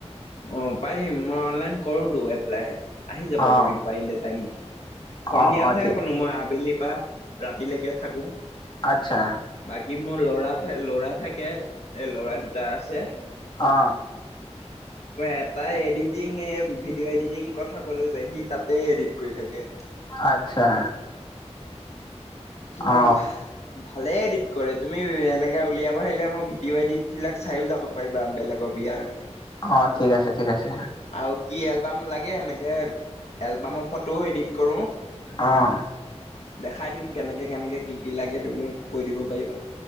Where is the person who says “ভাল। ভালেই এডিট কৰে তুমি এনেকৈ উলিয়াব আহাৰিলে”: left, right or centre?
Left